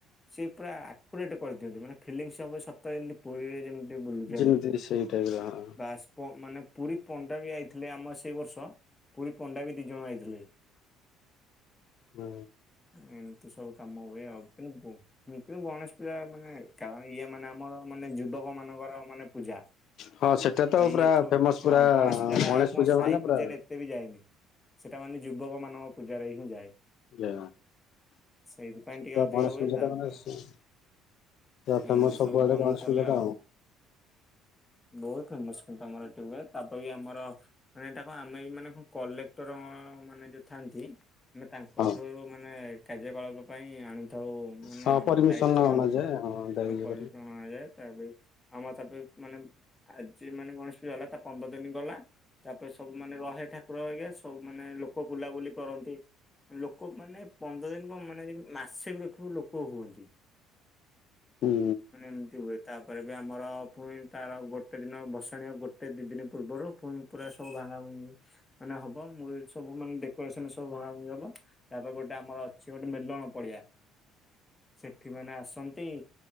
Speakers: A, on the left (about 20°); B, on the left (about 60°).
A: ସେ ପୁରା ଆକୁରେଟ କରିଦିଅନ୍ତି। ମାନେ ଫିଲିଙ୍ଗସ୍ ହବ ସତରେ ଯେମିତି ପୁରୀରେ ଯେମତି ବୁଲୁଛୁ
B: ଯେମିତି
A: ଆମେ।
B: ସେଇ ଟାଇପ ର ହଁ।
A: ବାସ୍ ମାନେ ପୁରୀ ପଣ୍ଡା ବି ଆଇ ଥିଲେ ଆମ ସେଇ ବର୍ଷ ପୁରୀ ପଣ୍ଡା ବି ଦି ଜଣ ଆଇଥିଲେ।
B: ହୁଁ
A: ଏମିତି ସବୁ କାମ ହୁଏ ଆଉ କିନ୍ତୁ ବ କିନ୍ତୁ ଗଣେଶ ପୂଜା ମାନେ କାରଣ ଇଏ ମାନେ ଆମର ମାନେ ଯୁବକ ମାନଙ୍କର ମାନେ ପୂଜା
B: ହଁ ସେଟା ତ
A: ଆ
B: ପୁରା
A: ଇଏ ଥୋ
B: ଫେମସ ପୁରା
A: ହଁ ଗଣେଶ ପୂଜାଟା ଆଉ କଁ
B: ପୂଜା
A: ସାଇ
B: ମାନେ ପୁରା
A: ପୂଜାରେ ଏତେ ବି ଯାଏନି ସେଟା ମାନେ ଯୁବକ ମାନଙ୍କ ପୂଜାରେ ହିଁ ଯାଏ।
B: ଯେ
A: ସେଇଥିପାଇଁ ଟିକେ
B: ତ
A: ଅଧିକ
B: ଗଣେଶ
A: ହୁଏ
B: ପୂଜା
A: ତାପରେ
B: ଟା ମାନେ ପୁରା ଫେମସ
A: ଏମିତି
B: ସବୁଆଡେ
A: ସବୁ କାମ
B: ଗଣେଶ
A: ଚାଲେ
B: ପୂଜା ଟା
A: ଆଉ। ବହୁତ ଫେମସ କିନ୍ତୁ ଆମର ଏଠି ହୁଏ ତାପରେ ବି ଆମର ମାନେ ଏଟା କଁ ଆମେ ବି ମାନେ କଁ କଲେକ୍ଟର ମାନେ ଯୋଉ ଥାନ୍ତି ଆମେ ତାଙ୍କଠୁ
B: ହଁ
A: ମାନେ କାର୍ଯ୍ୟକଳାପ ପାଇଁ ଆଣୁ ଆଉ ମାନେ
B: ହଁ ପରମିସନ
A: ଦାୟିତ୍ବ ଆଣିଥାଉ
B: ନଯାଏ ହଁ ଯାଇ
A: ଆ
B: ଇଏ
A: ପରିମିସନ
B: କରିକି
A: ଅଣାଯାଏ ତାପାଇଁ ଆମର ତାପରେ ମାନେ ଆଜି ମାନେ ଗଣେଶ ପୂଜା ହେଲା ତା ପନ୍ଦର ଦିନ ଗଲା ତାପରେ ସବୁ ମାନେ ରହେ ଠାକୁର ହେରିକା ସବୁ ମାନେ ଲୋକ ବୁଲାବୁଲି କରନ୍ତି। ଲୋକ ମାନେ ପନ୍ଦର ଦିନ କଁ ମାନେ ଯଦି ମାସେ ବି ରଖିବ ଲୋକ ହୁଅନ୍ତି।
B: ହୁଁ
A: ମାନେ ଏମିତି ହୁଏ ତା ପରେ ବି ଆମର ପୁଣି ତାର ଆଉ ଗୋଟେ ଦିନ ଭସାଣିହବା ଗୋଟେ ଦି ଦିନି ପୂର୍ବରୁ ପୁଣି ପୁରା ସବୁ ଭାଙ୍ଗା ଭଙ୍ଗି ମାନେ ହବ ମୂଳ ସବୁ ମାନେ ଡେକୋରେସନ ସବୁ ଭଙ୍ଗା ଭଙ୍ଗି ହବ ତାପରେ ଗୋଟେ ଆମର ଅଛି ଗୋଟେ ମେଲଣ ପଡିଆ ସେଠି ମାନେ ଆସନ୍ତି